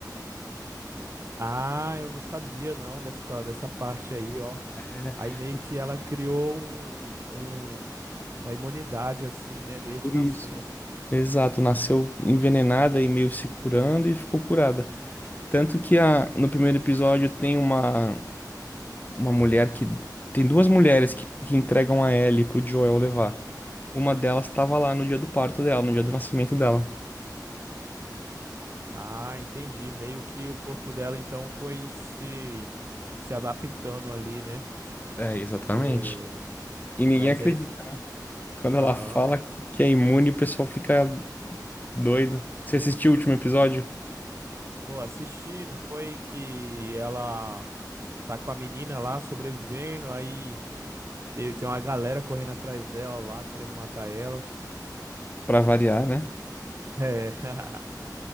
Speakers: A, on the right; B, on the left.
A: Ah, eu não sabia, não, dessa, dessa parte aí, ó.
B: É,
A: Aí meio
B: é
A: que ela criou um, um- uma imunidade, assim, né, desde
B: por
A: nascença.
B: isso. Exato, nasceu envenenada e meio se curando e ficou curada. Tanto que a, no primeiro episódio tem uma, uma mulher que. Tem duas mulheres que, que entregam a Ellie pro Joel levar. Uma delas estava lá no dia do parto dela, no dia do nascimento dela.
A: Ah, entendi. Meio que o corpo dela então foi se se adaptando ali, né?
B: É, exatamente.
A: É,
B: E ninguém
A: mas
B: acredita.
A: é isso.
B: Quando
A: Aham.
B: ela fala que, que é imune, o pessoal fica doido. Você assistiu o último episódio?
A: Pô, assisti, não foi que ela tá com a menina lá sobrevivendo, aí tem, tem uma galera correndo atrás dela lá, querendo matar elas.
B: Pra variar, né?
A: É, <laughs>